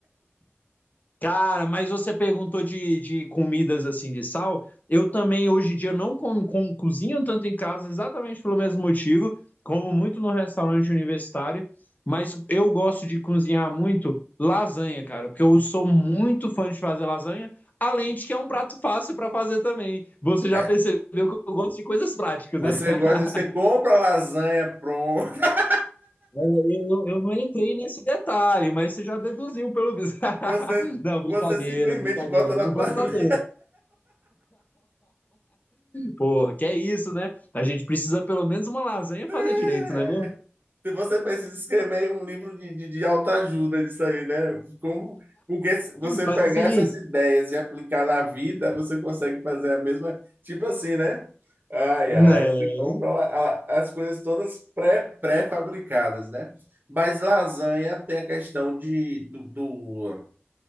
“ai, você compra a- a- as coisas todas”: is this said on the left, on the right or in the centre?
Right